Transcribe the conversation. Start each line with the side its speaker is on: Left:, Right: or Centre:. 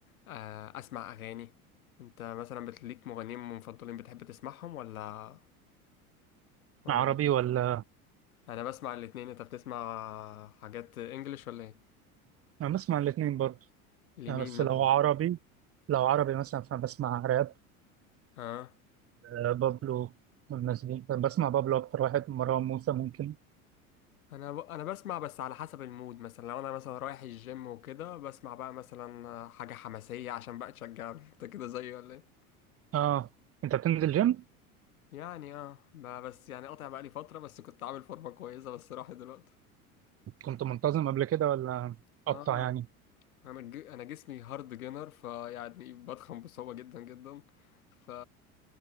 Left: آه، اسمع اغاني انت مثلا بتليك مغنيين مفضلين بتحب تسمعهم ولا ولا
Right: عربي
Left: ايه
Right: ولا
Left: انا بسمع الاتنين انت بتسمع حاجات انجليش ولا ايه
Right: أنا بسمع الاتنين برضه
Left: لمين
Right: آه بس
Left: مثلا
Right: لو عربي لو عربي مثلا فبسمع راب
Left: اه
Right: آه بابلو والناس دي بسمع بابلو أكتر واحد مروان موسى ممكن
Left: انا ب... انا بسمع بس على حسب المود مثلا لو انا مثلا رايح الجيم وكده بسمع بقى مثلا حاجة حماسية عشان بقى تشجعني <laughs> انت كده زيي ولا ايه
Right: آه أنت بتنزل جيم؟
Left: يعني اه ب- بس يعني قاطع بقى لي فترة بس كنت عامل فورمة كويسة بس راحت دلوقتي
Right: كنت منتظم قبل كده ولا قطع
Left: اه
Right: يعني؟
Left: انا ج... انا جسمي هارد جينر فيعني بضخم بصعوبه جدا جدا ف